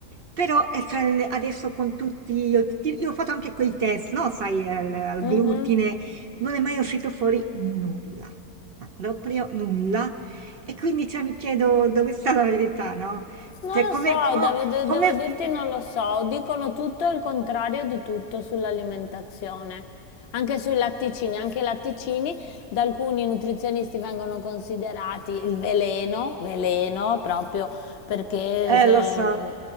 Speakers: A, on the right; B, on the left.
A: però, eh, cioè, il adesso con tutti io ti io ho fatto anche quei test, no, sai, al al
B: Mhm.
A: glutine non è mai uscito fuori nulla, ma proprio nulla. E quindi cioè, mi chiedo dove sta la verità, no?
B: Non
A: Cioè, come,
B: lo so,
A: co-
B: devo, de-
A: come-
B: devo dirti non lo so, dicono tutto il contrario di tutto sull'alimentazione, anche sui latticini, anche i latticini da alcuni nutrizionisti vengono considerati il veleno, veleno proprio perché
A: eh,
B: se-
A: lo so,